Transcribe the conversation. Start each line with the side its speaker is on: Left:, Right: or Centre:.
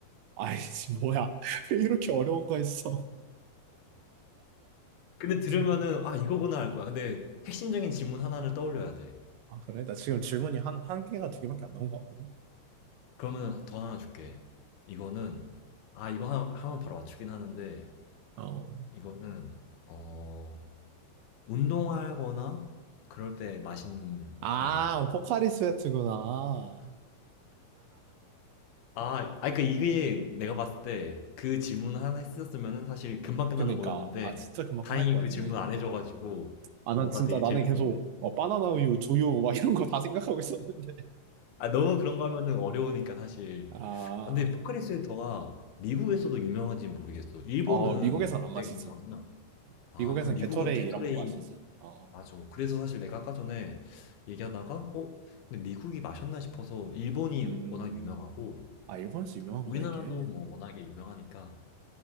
Right: 아이씨, 뭐야. <laughs> 왜 이렇게 어려운 거 했어?
Left: 근데 들으면은
Right: 그래서,
Left: 아, 이거구나 알 거야. 근데 핵심적인 질문 하나를 떠올려야 돼.
Right: 아, 그래? 나 지금 질문이 한, 한 개가 두 개밖에 안 나온 것 같거든.
Left: 그러면 더 하나 줄게. 이거는 아, 이거 하, 하면 바로 맞추긴 하는데
Right: 어.
Left: 이거는 어, 운동하거나 그럴 때 마시는
Right: 아,
Left: 용도야.
Right: 포카리 스웨트구나.
Left: 아, 아니, 그, 이게 내가 봤을 때 그 질문 하나 했었으면 사실 금방 끝나는
Right: 그니까.
Left: 거였는데,
Right: 아, 진짜 금방
Left: 다행히
Right: 끝날 것
Left: 그
Right: 같네.
Left: 질문 안 해줘가지고,
Right: 아,
Left: 뭔가
Right: 난 진짜
Left: 되게
Right: 나는
Left: 재밌었네.
Right: 계속 뭐 바나나 우유, 두유 막 <laughs> 이런 거 다 생각하고 있었는데
Left: 아, 너무 그런 거 하면은 어려우니까 사실.
Right: 아,
Left: 아, 근데 포카리 스웨터가 미국에서도 유명한지는 모르겠어. 일본은
Right: 어, 미국에선 안
Left: 굉장히
Right: 마시지.
Left: 유명하구나. 아,
Right: 미국에선
Left: 그럼 미국은
Right: 게토레이
Left: 게토레이,
Right: 이런 거 마시지. 어,
Left: 맞아. 그래서 사실 내가 아까 전에 얘기하다가, 어? 근데 미국이 마셨나 싶어서 일본이
Right: 음,
Left: 워낙 유명하고,
Right: 아, 일본에서 유명하구나,
Left: 우리나라도
Right: 이게.
Left: 뭐 워낙에 유명하니까